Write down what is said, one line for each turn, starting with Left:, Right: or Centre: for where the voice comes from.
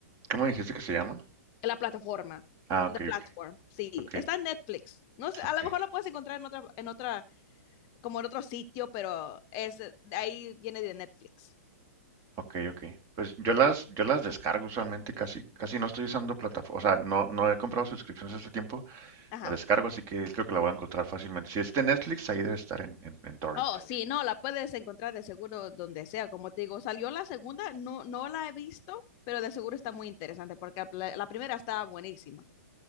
Right: ¿Cómo dijiste que se llama?
Left: La plataforma,
Right: Ah,
Left: the
Right: ok,
Left: platform,
Right: ok,
Left: sí,
Right: ok,
Left: está en Netflix. No sé,
Right: ok.
Left: a lo mejor lo puedes encontrar en otra, en otra, como en otro sitio, pero es, de ahí viene de Netflix.
Right: Ok, ok. Pues yo las, yo las descargo usualmente, casi, casi no estoy usando plataforma, o sea, no, no he comprado suscripciones este tiempo,
Left: Ajá.
Right: la descargo, así que creo que la voy a encontrar fácilmente. Si es de Netflix, ahí debe estar en, en, en Torrent.
Left: Oh, Ah, sí, no, la puedes encontrar de seguro donde sea. Como te digo, salió la segunda, no, no la he visto, pero de seguro está muy interesante porque la, la primera está buenísima.